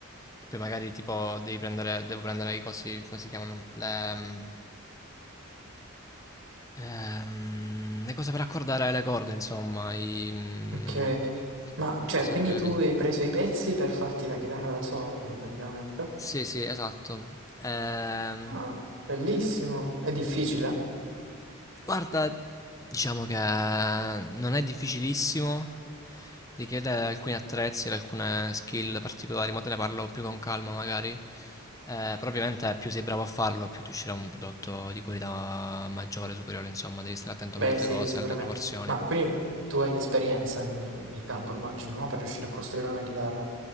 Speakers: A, on the left (about 15°); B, on the right (about 65°).
A: E poi magari tipo devi prendere, devo prendere i cosi, come si chiamano? Le, um, ehm, le cose per accordare le corde, insomma, i... mm,
B: ok. Ma, cioè,
A: penso
B: quindi
A: che tu abbia
B: tu
A: capito.
B: hai preso i pezzi per farti la chitarra da solo, praticamente?
A: Sì, sì, esatto. Ehm,
B: Ah, bellissimo. È difficile?
A: guarda, diciamo che non è difficilissimo, richiede alcuni attrezzi, alcune skill particolari, ma te ne parlo più con calma magari. Eh, però ovviamente più sei bravo a farlo, più ti uscirà un prodotto di qualità maggiore, superiore, insomma, devi stare attento
B: Beh,
A: a molte
B: sì,
A: cose,
B: sicuramente.
A: alle proporzioni.
B: Ma quindi tu hai esperienza nel, nel campo, immagino, no? Per riuscire a costruire una chitarra.